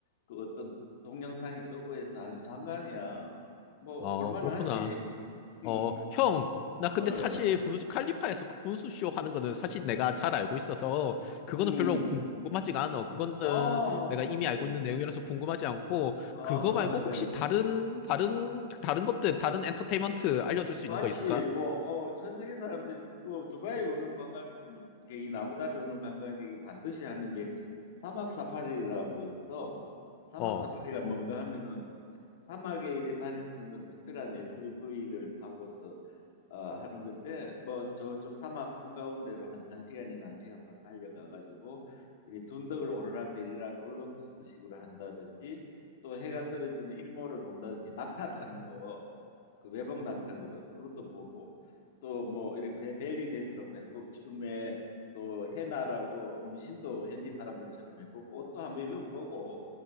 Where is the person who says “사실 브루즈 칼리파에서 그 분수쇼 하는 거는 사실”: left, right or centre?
Left